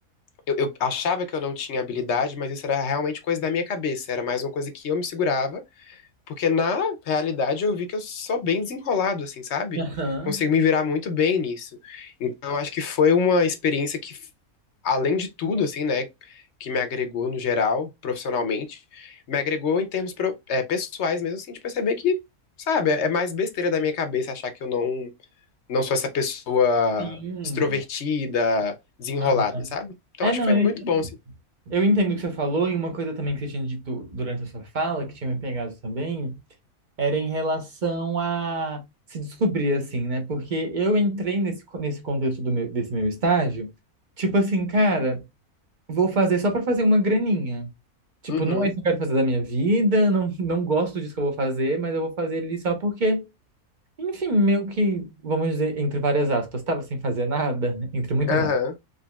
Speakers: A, on the left (about 55°); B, on the right (about 35°).
A: Eu, eu achava que eu não tinha habilidade, mas isso era realmente coisa da minha cabeça, era mais uma coisa que eu me segurava porque na realidade eu vi que eu sou bem desenrolado, assim, sabe?
B: Aham,
A: Consigo me virar muito bem nisso. Então eu acho que foi uma experiência que, além de tudo, assim, né, que me agregou no geral, profissionalmente, me agregou em termos pro- é, pessoais mesmo, assim, de perceber que, sabe, é é mais besteira da minha cabeça achar que eu não, não sou essa pessoa
B: sim.
A: extrovertida, desenrolada,
B: Aham.
A: sabe? Então
B: É,
A: acho
B: não,
A: que foi muito
B: eu
A: bom, assim.
B: Eu entendo o que você falou, e uma coisa também que você tinha dito durante a sua fala, que tinha me pegado também, era em relação a se descobrir, assim, né? Porque eu entrei nesse, co- nesse contexto do meu, desse meu estágio, tipo assim, cara, vou fazer só para fazer uma graninha. Tipo,
A: Uhum.
B: não é isso que eu quero fazer da minha vida, não, não gosto disso que eu vou fazer, mas eu vou fazer ali só porque, enfim, meio que, vamos dizer, entre várias aspas, tava sem fazer nada, <laughs> entre muitas
A: Aham.
B: aspas.